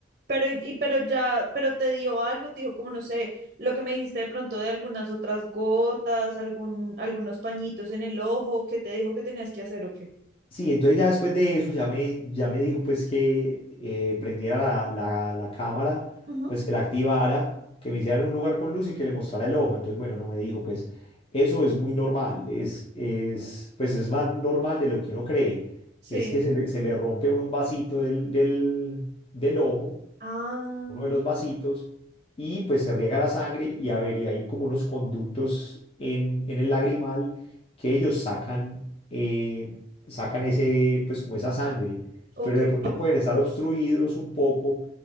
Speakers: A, on the right; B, on the left.
A: pero, y, pero ya, pero te dio algo, te dijo como no sé, lo que me dijiste de pronto de algunas otras gotas, algún, algunos pañitos en el ojo, que te dijo que tenías que hacer o qué?
B: Sí, entonces ya después de eso ya me, ya me dijo pues que eh, prendiera la, la- la cámara,
A: Ujú,
B: pues que la activara, que me hiciera en un lugar con luz y que le mostrara el ojo. Entonces, bueno, no me dijo pues eso es muy normal, es, es, pues es más normal de lo que uno cree.
A: Sí.
B: Es que se le, se le rompe a uno un vasito del, del, del ojo
A: Ah,
B: uno de los vasitos y pues se riega la sangre y a ver, y hay como unos conductos en, en el lagrimal que ellos sacan, eh, sacan ese, pues como esa sangre,
A: ok.
B: pero de pronto pueden estar obstruidos un poco